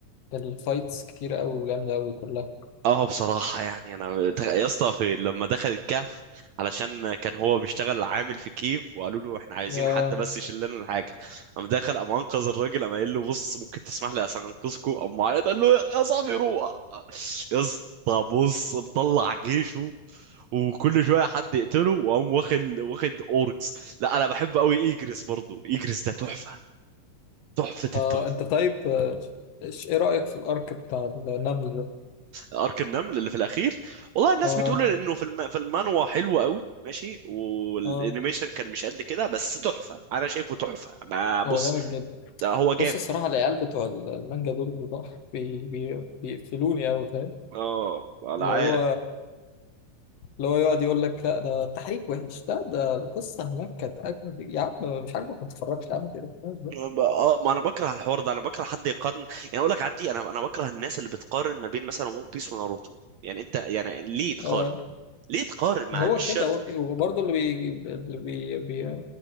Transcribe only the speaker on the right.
اه بصراحة يعني انا دخ- يا اسطى في لما دخل الكهف علشان كان هو بيشتغل عامل في كيف وقالوا له احنا عايزين
حد بس يشيل لنا الحاجة قام دخل قام انقذ الراجل قام قايل له بص ممكن تسمح لي عشان انقذكوا قام معيط قال له يا صاحبي روح يا اسطى بص مطلع جيشه وكل شوية حد يقتله وقام واخد واخد اورجز لا انا بحب قوي ايجريس برضو ايجريس ده تحفة تحفة
التحفة
ارك النمل اللي في الاخير والله الناس
بتقول انه في الم... في المانوا حلو قوي ماشي والانيميشن
كان مش قد كده بس تحفه انا شايفه تحفه ما بص
ده هو جامد
اه انا
عارف
ب- اه ما انا بكره الحوار ده انا بكره حد يقارن يعني اقول لك عندي انا انا بكره الناس اللي بتقارن ما بين مثلا ون بيس وناروتو يعني انت يعني ليه تقارن
ليه تقارن مع
مش
شرط